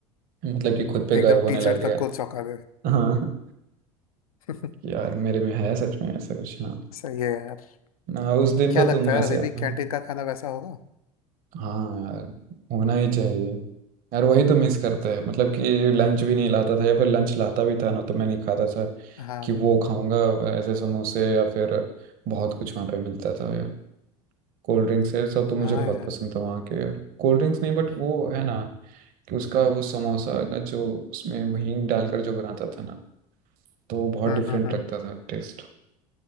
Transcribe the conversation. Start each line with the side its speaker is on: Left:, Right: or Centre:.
Right: मतलब कि खुद पे
Left: है
Right: गर्व
Left: एकदम
Right: होने
Left: टीचर
Right: लग गया
Left: तक को चौंका दे
Right: हाँ
Left: <laughs>
Right: कि यार मेरे में है सच में ऐसा कुछ हाँ
Left: सही है यार
Right: हाँ, उस दिन
Left: क्या
Right: तो
Left: लगता
Right: तुम
Left: है
Right: ऐसे
Left: यार अभी
Right: हाँ
Left: भी कैंटीन का खाना वैसा होगा
Right: हाँ यार होना ही चाहिए यार वही तो मिस करते हैं मतलब कि लंच भी नहीं लाता था या फिर लंच लाता भी था ना तो मैं नहीं खाता था
Left: हाँ
Right: कि वो खाऊंगा ऐसे समोसे या फिर बहुत कुछ वहाँ पे मिलता था यार कोल्ड ड्रिंक्स है सब तो मुझे
Left: हाँ
Right: बहुत
Left: यार
Right: पसंद था वहाँ के यार कोल्ड ड्रिंक्स नहीं बट वो है ना कि उसका वो समोसा का जो उसमें हींग डालकर जो बनाता था ना तो वो बहुत
Left: हम्म
Right: डिफरेंट
Left: हम्म हम्म
Right: लगता था टेस्ट